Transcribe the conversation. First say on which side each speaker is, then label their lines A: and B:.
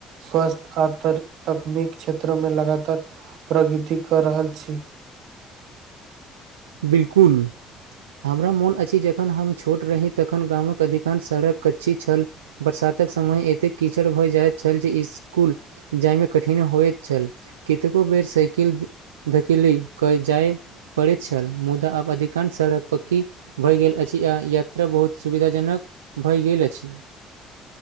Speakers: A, on the right; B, on the right.
A: स्वास्थ्य आ तर तकनीक क्षेत्र में लगातार प्रगति कर रहल छी
B: बिल्कुल हमरा मोन अछी जे जखन हम छोट रही तखन गामक अधिकांश सड़क कच्ची छल बरसातक समय एतेक कीचड़ भ जाइत छल जे इस्कुल जायमे कठिन होइत छल कतेको बेर साइकिल धकेली जाय पड़ैत छल मुदा आब अधिकांश सड़क पक्की भऽ गेल अछि आ यात्रा बहुत सुविधाजनक भए गेल अछि